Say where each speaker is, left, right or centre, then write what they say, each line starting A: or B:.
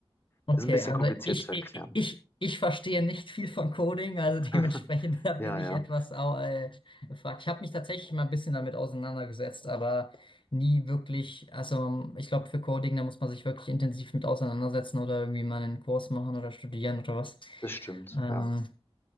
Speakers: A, on the left; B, on the left.
A: Okay,
B: Ist ein bisschen
A: also
B: kompliziert
A: ich,
B: zu erklären.
A: ich, ich, ich verstehe nicht viel von Coding, also
B: <laughs>
A: <laughs> dementsprechend da bin
B: Ja,
A: ich
B: ja,
A: etwas au- äh, gefragt. Ich habe mich tatsächlich mal ein bisschen damit auseinandergesetzt, aber nie wirklich, also ich glaube für Coding, da muss man sich wirklich intensiv mit auseinandersetzen oder irgendwie mal einen Kurs machen oder studieren oder was.
B: das stimmt.
A: Ähm,
B: Ja.